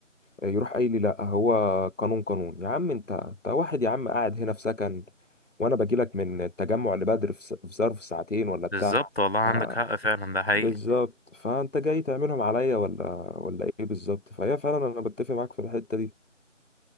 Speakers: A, on the left; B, on the left.
A: يروح قايل لي لا هو قانون قانون يا عم انت انت واحد يا عم قاعد هنا في سكن وانا باجي لك من التجمع لبدر في س- في ظرف ساعتين ولا بتاع
B: بالظبط والله عندك
A: ع-
B: حق فعلا ده حقيقي
A: بالظبط فانت جاي تعملهم عليا ولا ولا ايه بالظبط فهي فعلا انا بتفق معاك في الحتة دي